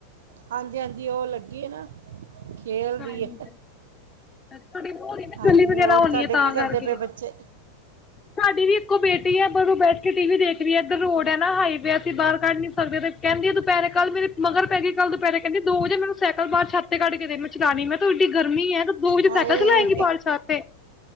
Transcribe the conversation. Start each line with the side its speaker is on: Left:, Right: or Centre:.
Right: ਹਾਂਜੀ ਹਾਂਜੀ ਉਹ ਲੱਗੀ ਏ ਨਾ ਖੇਲ
Left: ਹਾਂਜੀ
Right: ਰੀ ਏ
Left: ਤੁਹਾਡੀ ਉਹ ਹੋਣੀ ਨਾ
Right: ਹਾਂਜੀ
Left: ਗਲੀ ਵਗੈਰਾ
Right: ਹੋਰ
Left: ਹੋਣੀ
Right: ਤਾਂਡੇ
Left: ਹੈ ਤਾਂ
Right: ਕੀ ਕਰਦੇ
Left: ਕਰਕੇ
Right: ਪਏ ਬੱਚੇ?
Left: ਸਾਡੀ ਵੀ ਇੱਕੋ ਬੇਟੀ ਹੈ ਪਰ ਉਹ ਬੈਠ ਕੇ ਟੀਵੀ ਦੇਖ ਰਹੀ ਏ ਇੱਧਰ ਰੋਡ ਹੈ ਨਾ ਹਾਈਵੇ ਅਸੀਂ ਬਾਹਰ ਕੱਢ ਨੀ ਸਕਦੇ ਤੇ। ਕਹਿੰਦੀ ਆ ਦੁਪਹਿਰੇ ਕੱਲ੍ਹ ਮੇਰੇ ਮਗਰ ਪੈ ਗੀ ਕੱਲ ਦੁਪਹਿਰੇ ਕਹਿੰਦੀ ਦੋ ਵੱਜੇ ਮੈਨੂੰ ਸਾਈਕਲ ਬਾਹਰ ਛੱਤ ਤੇ ਕੱਢਕੇ ਦੇ ਮੈ ਕ। ਚਲਾਣੀ ਮੈਂ ਤੂੰ ਇਡੀ ਗਰਮੀ ਹੈ ਤੂੰ ਦੋ ਵਜੇ
Right: ਹਾਏ
Left: ਸਾਈਕਲ ਚਲਾਏਗੀ ਬਾਹਰ ਛੱਤ ਤੇ।